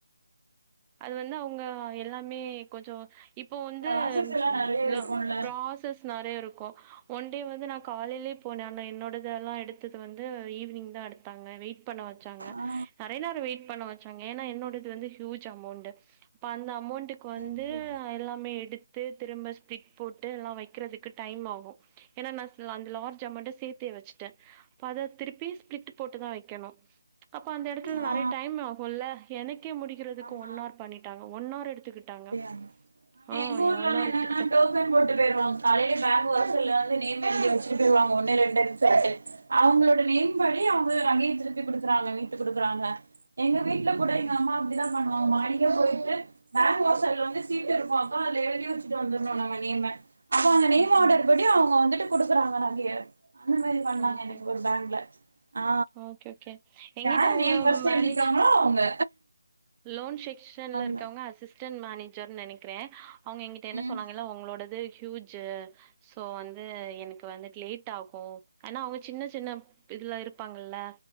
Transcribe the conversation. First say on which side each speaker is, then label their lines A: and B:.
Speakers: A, on the right; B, on the right.
A: அது வந்து அவ்ங்க எல்லாமே கொஞ்சோ இப்போ வந்து
B: கிளாஸஸ் எல்லா நெறைய
A: லவ்
B: இருக்குல்ல
A: ப்ராசஸ் நெறைய இருக்கு ஒன்டே வந்து நா காலையிலயே போனே ஆனா என்னோடதெல்லா எடுத்துட்டு வந்து இது ஈவினிங் தா எடுத்தாங்க வெயிட் பண்ண வச்சாங்க
B: ஆ
A: நெறைய நேரம் வெயிட் பண்ண வச்சாங்க ஏன்னா என்னோடது வந்து ஹூஜ் அமௌண்ட் அப்ப அந்த அமௌண்டக்கு வந்து
B: ஓகே
A: எல்லாமே எடுத்து திரும்ப ஸ்ப்ளிட் போட்டு எல்லா வைக்கிறதுக்கு டைம் ஆகும் ஏன்னா நா அந்த லார்ஜ் அமௌன்ட் சேர்த்தே வச்சுட்டே அப்போ அத திருப்பி ஸ்ப்லிட் போட்டு தா வைக்கணு அப்ப அந்த இடத்துல
B: ஆ
A: நெறைய டைம் ஆகுல்ல எனக்கே முடி வைக்கிறதுக்கு
B: ஆமா
A: ஒன்னவர் பண்ணிட்டாங்க ஒன்னவர் எடுத்துக்கிட்டாங்க
B: அப்டியாங்க ஆனா
A: ஆ
B: எங்க ஊர்லலா
A: ஒன்னவர்
B: என்னன்னா
A: எடுத்துக்கிட்ட
B: போட்டு போயவாங்க ஆல்ரெடி பேங்கந்து நீ வச்சுட்டு <unintelligible> போயவாங்க ஒண்ணு ரெண்டுன்ன சொல்லிட்டு அவங்களோட நேம் வழி அவங்க ரகைய திருப்பி குடுக்குறாங்க வீட்டு குடுக்குறாங்க எங்க வீட்ல கூட எங்க அம்மா அப்டிதா பண்ணுவாங்க மாடிக போயிட்டு மாட்டு வாசல்ல வந்து சீட் இருக்கு அக்கா அத எழுதி வச்சுட்டு வந்துருணு நம்ம நேம்ம அப்ப அந்த நேம்
A: ம்
B: ஆர்டர்
A: ம்
B: படி அவங்க வந்துட்டு குடுக்குறாங்க அங்கயே அந்த மாரி பண்ணாங்க
A: ஓகே
B: எனக்கு ஒரு பேங்க்ல ஆ
A: ஓகே ஓகே எங்கிட்ட
B: யாரு
A: அவங்க
B: நேம் ஃபர்ஸ்ட்
A: மேனேஜ்
B: எழுதிருக்காங்களோ அவங்க
A: லோன் செக்க்ஷன்ல
B: அவங்க
A: இருக்கவங்க அசிஸ் அசிஸ்டன்மேனேஜர்னு நெனைக்கிறே அவங்க எங்கிட்ட என்ன
B: ம்
A: சொன்னாங்கன்னா உங்களோடது ஹூஜ் சோ வந்து எனக்கு வந்துட்டு லேட் ஆகு ஆனா அவங் சின்ன சின்ன இதெல்லா இருப்பாங்கல்ல